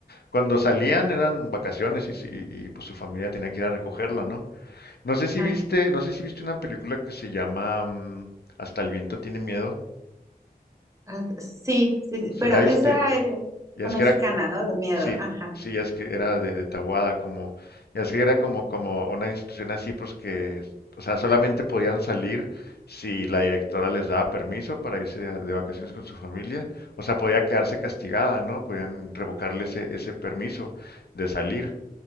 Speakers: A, on the left (about 85°); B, on the right (about 20°).
A: cuando salían eran vacaciones y, si- y, pues su familia tenía que ir a recogerla, ¿no? No sé si
B: Ah,
A: viste, no sé si viste una película que se llama mm, Hasta el viento tiene miedo.
B: ah, sí, sí, sí,
A: ¿Se
B: pero
A: la viste?
B: esa es
A: Ya
B: la
A: es
B: mexicana,
A: que era
B: ¿no? De miedo,
A: Sí,
B: ajá.
A: sí, ya es que era de, de Tahuada, como, ya es que era como, como una institución así, pues que, o sea, solamente podían salir si la directora les daba permiso para irse a- de vacaciones con su familia, o sea, podía quedarse castigada, ¿no? Podían revocarle ese, ese permiso de salir